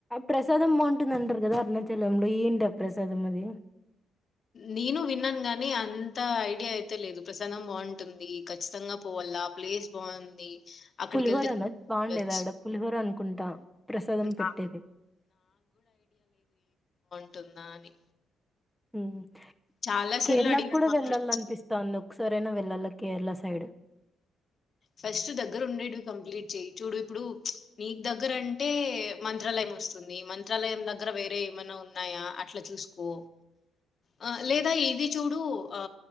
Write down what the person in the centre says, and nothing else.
ప్రసాదం బాగుంటుంది అంటారు కదా అరుణాచలంలో ఏంటి ఆ ప్రసాదం అది
పులిహోరన
బాగుండేదడా పులిహోర అనుకుంటా ప్రసాదం పెట్టేది.
మ్మ్ హ్
కేరళక్కూడా
వెళ్ళాల
అనిపిస్తాందో ఒకసరైనా వెళ్ళాలా కేరళ సైడ్